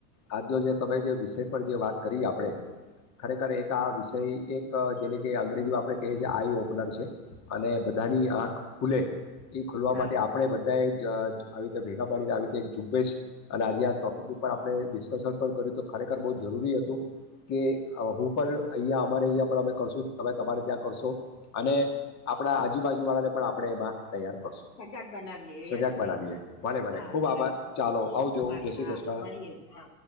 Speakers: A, on the left (about 35°); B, on the left (about 85°).
A: આજ જે તમે જે વિષય પર જે વાત કરી આપણે ખરેખર એક આ વિષય એક જેને કે અંગ્રેજી આપડણે કહીએ છીએ આઈ ઓપનર છે. અને
B: હમ
A: બધાની આંખ ખુલે એ ખોલવા
B: હા
A: માટે આપણે બધાએ <unintelligible> આવી રીતે ભેગા <unintelligible> આવી એક ઝબેશ અને આજે આ ટોપિક ઉપર આપણે ડિસ્કસન પણ કર્યું તો ખરેખર બહ જરૂરી હતું કે હું પણ અહી અમારે અહી પણ અ કરશું તમે તમારે ત્યાં કરશો અને આપણા આજુબાજુ વાળાને પણ આપણે એમાં તૈયાર કરશું
B: સજાગ બનાવીએ
A: સજાગ
B: યસ
A: બનાવીએ
B: યસ
A: ભલે ભલે.
B: હા
A: ખુબ
B: બરાબર
A: આભાર ચાલો આવજ
B: આભાર
A: જય શ્રી
B: હા
A: કૃષ્ણ.
B: મળીએ હા